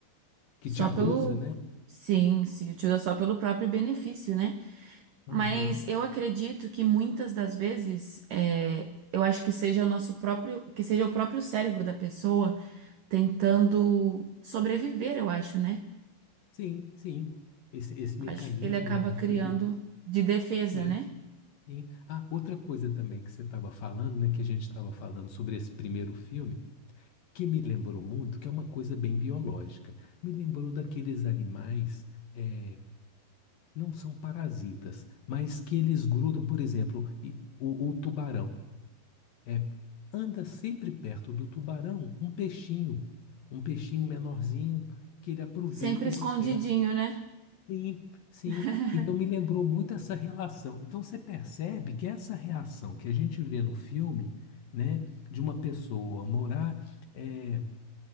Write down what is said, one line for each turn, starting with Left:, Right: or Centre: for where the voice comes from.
Left: que
Right: Só
Left: te abusa,
Right: pelo.
Left: né?
Right: Sim, se utiliza só pelo próprio benefício, né?
Left: Aham.
Right: Mas eu acredito que muitas das vezes, é, eu acho que seja o nosso próprio, que seja o próprio cérebro da pessoa tentando sobreviver, eu acho, né?
Left: Sim, sim. Esse, esse
Right: Acho
Left: mecanismo
Right: que ele acaba
Left: nosso
Right: criando
Left: de.
Right: de defesa,
Left: Sim,
Right: né?
Left: sim. Ah, outra coisa também que você estava falando, né? Que a gente estava falando sobre esse primeiro filme. que me lembrou muito, que é uma coisa bem biológica. Me lembrou daqueles animais, eh, não são parasitas, mas que eles grudam, por exemplo, e- o, o tubarão. eh, anda sempre perto do tubarão um peixinho, um peixinho menorzinho que ele aproveita
Right: Sempre escondidinho,
Left: dos restos.
Right: né?
Left: Sim, sim.
Right: <laughs>
Left: Então me lembrou muito essa relação. Então você percebe que essa reação que a gente vê no filme, né, de uma pessoa morar. eh,